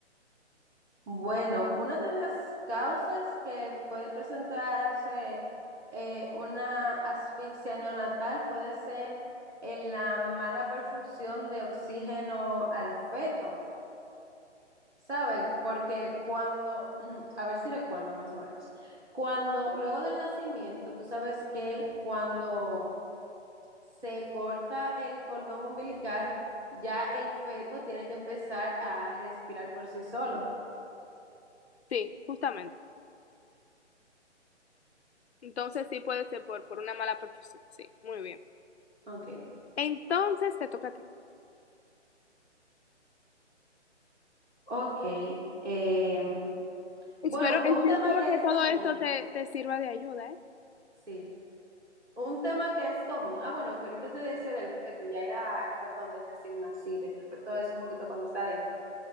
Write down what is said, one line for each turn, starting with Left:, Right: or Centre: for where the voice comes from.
Right: Bueno, una de las causas que puede presentarse eh, una asfixia neonatal puede ser en la mala perfusión de oxígeno al feto, ¿sabe? Porque cuando, <clears throat> a ver si recuerdo más o menos, cuando luego del nacimiento, tú sabes que cuando se corta el cordón umbilical, ya el feto tiene que empezar a respirar por sí solo.
Left: Sí, justamente. Entonces sí puede ser por, por una mala perfusión. Sí, muy bien.
Right: Ok.
Left: Entonces te toca a ti.
Right: Ok. eh,
Left: Espero,
Right: bueno, que
Left: eh,
Right: un
Left: yo
Right: tema
Left: espero
Right: que
Left: que
Right: es
Left: todo
Right: común,
Left: esto te, te sirva de ayuda, ¿eh?
Right: sí. Un tema que es común. Ah, bueno, que ahorita te decía del feto, ya era, perdón, del recién nacido, ya el feto es un poquito cuando está adentro.